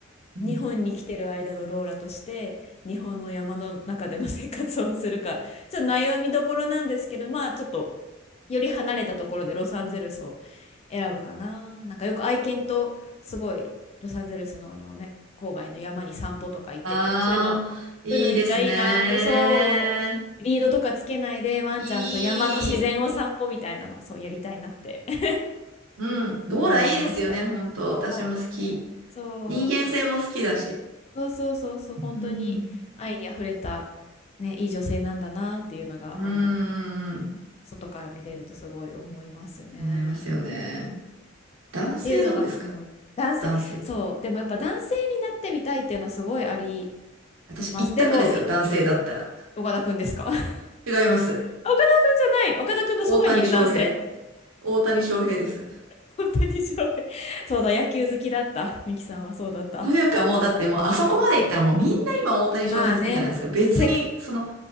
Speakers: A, on the right; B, on the left.
A: うん。
B: 日本に来てる間のローラとして日本の山の中での生活をするか <laughs> ちょっと悩みどころなんですけどまあちょっとより離れたところでロサンゼルスを選ぶかななんかよく愛犬とすごいロサンゼルスのあのね郊外の山に散歩とか行っててそういうのそういうのめっちゃいいなーってそうリードとかつけないでワンちゃんと山の自然を散歩みたいなのそうやりたいなって
A: ああー、いいですね。いい。
B: <laughs>
A: うん。ローラいいですよね、
B: 思いました。
A: 本当。
B: そう、
A: 私も好き。
B: そう
A: 人間性も好きだし。
B: そうそうそうそう、本当に愛にあふれた、
A: うん。
B: ね、いい女性なんだなっていうのが、
A: うんう
B: あの、
A: んうん。
B: 外から見てるとすごい思いますね。
A: 思いますよね。
B: うんっ
A: 男性どうですか
B: ていうのが、うん、男性、
A: 男性。
B: そう、でもやっぱ男性になってみたいっていうのはすごいあり
A: 私一択ですよ、
B: ます。でも、い
A: 男性だったら。
B: 岡田くんですか <laughs> あ岡田
A: 違います。
B: くんじゃない、岡田くんのそばにいる男性
A: 大谷翔平。大谷翔平です。
B: <laughs> 本当にそう。<laughs> そうだ、野球好きだった。ミキさんはそうだった。
A: というかもうだってもうあそこまで行ったらもうみんな今大谷翔平好きじゃないですか。
B: まあね、
A: 別にその
B: せ